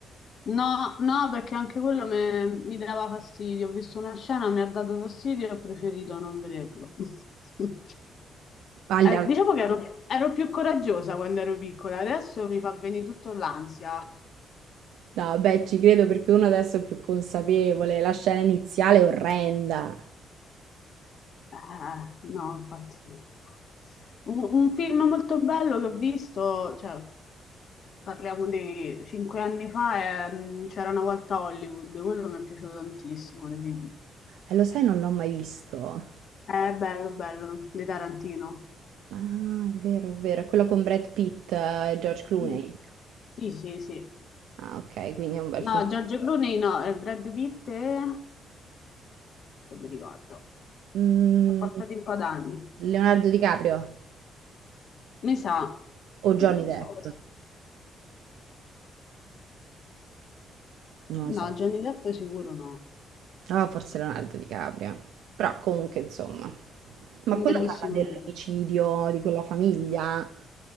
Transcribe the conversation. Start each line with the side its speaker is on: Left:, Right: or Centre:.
Left: No, no, perché anche quello me- mi dava fastidio. Ho visto una scena, mi ha dato fastidio e ho preferito non vederlo. <laughs>
Right: Agli-
Left: Eh, diciamo che ero, ero più coraggiosa quando ero piccola, adesso mi fa venire tutto l'ansia.
Right: No, beh, ci credo perché uno adesso è più consapevole, la scena iniziale è orrenda.
Left: Ah, no, infatti. Un, un film molto bello che ho visto, cioè, parliamo di cinque anni fa, è, mm, C'era una volta Hollywood, quello mi è piaciuto tantissimo dei film.
Right: Eh, lo sai, non l'ho mai visto.
Left: È bello, bello, di Tarantino.
Right: Ah, è vero, è vero. È quello con Brad Pitt eh, e George Clooney.
Left: Sì, sì, sì, sì.
Right: Ah, ok, quindi è un bel film.
Left: No, George Clooney no, e Brad Pitt e... non mi ricordo.
Right: Mm,
Left: Sono passati un po' d'anni.
Right: Leonardo DiCaprio
Left: Mi sa,
Right: o Johnny
Left: non
Right: Depp?
Left: lo so.
Right: Non lo so.
Left: No, Johnny Depp sicuro no.
Right: Ah, forse Leonardo DiCaprio. Però comunque, insomma. Ma
Left: Un
Right: quello
Left: bellissimo
Right: parla dell'omicidio
Left: film.
Right: di quella famiglia